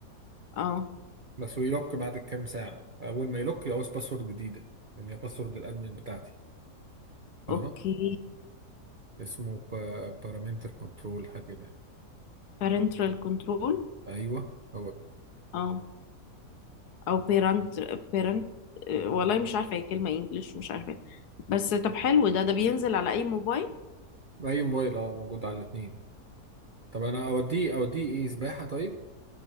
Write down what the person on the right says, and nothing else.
بس ويلوك بعد كام ساعة أول ما يلوك يعوز باسورد جديدة اللي هي باسورد الأدمن بتاعتي فاهمة
اسمه بارامتر كنترول حاجة كده يعني
أيوه هو ده
أي موبايل أه موجود على الاتنين طب أنا أوديه أوديه إيه سباحة طيب